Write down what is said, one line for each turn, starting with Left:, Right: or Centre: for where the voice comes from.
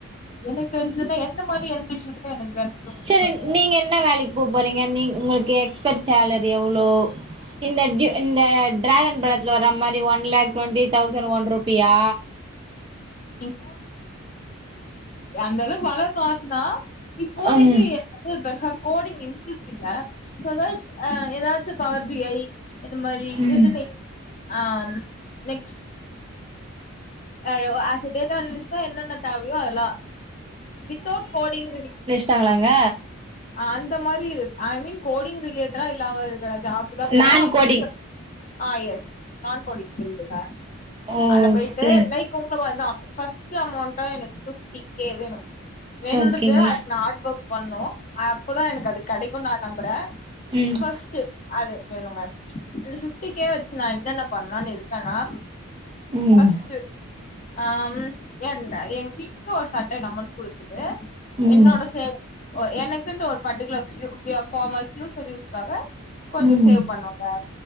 Left: எனக்கு தெரிஞ்சுதுன எந்த மாரி எந்த விஷயத்துல எனக்கு தெரிஞ்சது உங்களுக்கு
Right: செரி
Left: சொல்லுங்க
Right: நீங்க என்ன வேலைக்கு போ போறீங்க நீ உங்களுக்கு எக்ஸ்பர்ட் சேலரி எவ்ளோ இந்த இந்த டிராகன் படத்தில வர்ற மாரி one lakh twenty thousand one ருப்பியா
Left: எவ்ளோ அந்த அளவுக்கு வளரணு ஆசதா இப்போதைக்கு
Right: ம்
Left: பெர்ஸா கோடிங் இன்ட்ரெஸ்ட் இல்ல ஷோ அதனால் ஏதாச்சும் பவர் பி ஐ இது மாதரி த்ரெட்டனிங்
Right: ம்
Left: ஆ நெக்ஸ்ட் ஆஹ் ஆசா எ டேட்டா அனாலிஸ்ட்டா என்னென்ன தேவையோ அதல்லா வித்தவுட் கோடிங்
Right: டாங்கலாங்க
Left: அந்த மாரி இரு ஐ மீன் கோடிங் ரிலேட்டடா இல்லாம இருக்க ஜாப்க்கு தா போவ
Right: நான்
Left: அப்டின்ற
Right: கோடிங்
Left: ஆஹ் எஸ் நான் கோடிங் சொல்லீடுங்க
Right: ஓகே
Left: அதுலா போய்ட்டு லைக் உங்க மாரி ஃபர்ஸ்ட் அமௌண்டா எனக்கு பிப்டி கே வேணும் வேணுன்றது
Right: ஓகேங்க
Left: அதுக் நா ஹார்ட் ஒர்க் பண்ணோ அப்பதா எனக்கு அது கெடைக்குனு நா நம்புறே
Right: ம்
Left: ஃபஸ்டு அது வேணுங்க அந்த ஃபிப்டிகேவச்சு நா என்னன்ன பண்லானு இருக்கனா
Right: ம்
Left: ஃபஸ்ட்டு ஹாம் ஏன்னா எங் வீட்டுக்கு ஒரு சர்டைன் அமௌண்ட் குடுத்துட்டு
Right: ம்
Left: என்னோட சேவிங் ஓர் எனக் குன்டு ஒரு ஃபர்டிகுலர் வ்யு பார்மை ஃபியூச்சர் யூஸ்காக கொஞ்சோ
Right: ம்
Left: சேவ்
Right: ம்
Left: பண்ணுவங்க